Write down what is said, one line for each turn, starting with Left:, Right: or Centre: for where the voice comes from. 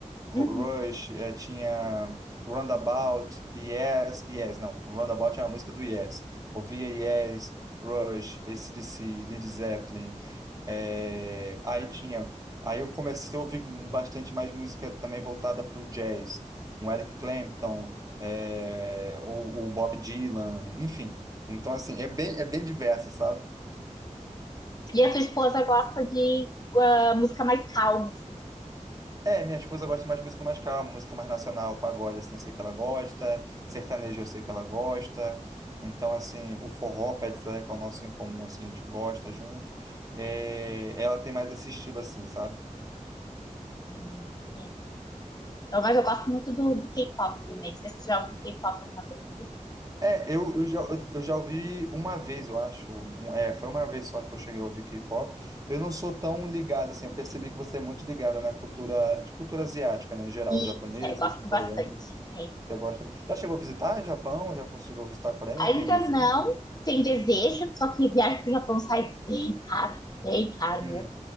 Right: Rush,
Left: Uhum.
Right: eh, tinha Roundabout, Yes, Yes, não, Roundabout é uma música do Yes. Ouvia Yes, Rush, AC/DC, Led Zeppelin. É, aí tinha, aí eu comecei a ouvir bastante mais música também voltada para o jazz, um Eric Clapton, é o, o Bob Dylan, enfim. Então assim, é bem, é bem diverso, sabe?
Left: E a tua esposa gosta de uh, música mais calma, assim.
Right: É, minha esposa gosta mais de música mais calma, música mais nacional, pagode, assim, eu sei que ela gosta, sertanejo eu sei que ela gosta, então, assim, o forró, pé de serra, que é o nosso em comum, assim, a gente gosta junto, É, ela tem mais esse estilo, assim, sabe?
Left: Né? Então, mas eu gosto muito do, do K-pop também. Não sei se você já ouviu K-pop alguma vez na vida.
Right: É, eu, eu já, eu já ouvi uma vez, eu acho, um- é, foi uma vez só que eu cheguei a ouvir K-pop, eu não sou tão ligado, assim, eu percebi que você é muito ligada na cultura, de cultura asiática, né, em geral,
Left: Isso,
Right: japonesa,
Left: é, gosto
Right: coreana,
Left: bastante. É.
Right: você gosta... Já chegou a visitar Japão? Já conseguiu visitar a Coreia?
Left: Ainda
Right: Tem desejo?
Left: não tem desejo, só que viagem pro Japão sai bem caro, bem caro
Right: Uhum,
Left: mesmo.